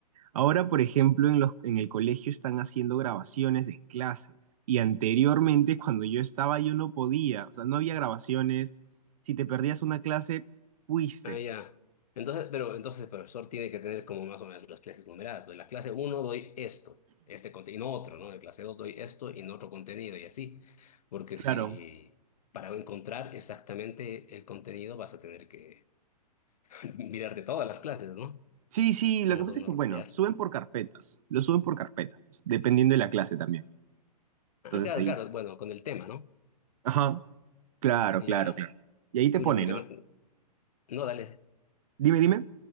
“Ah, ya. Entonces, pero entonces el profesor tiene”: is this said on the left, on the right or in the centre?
Left